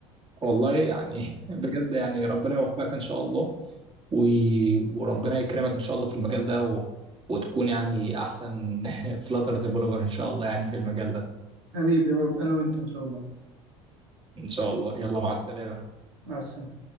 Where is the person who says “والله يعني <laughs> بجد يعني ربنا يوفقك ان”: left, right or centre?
Right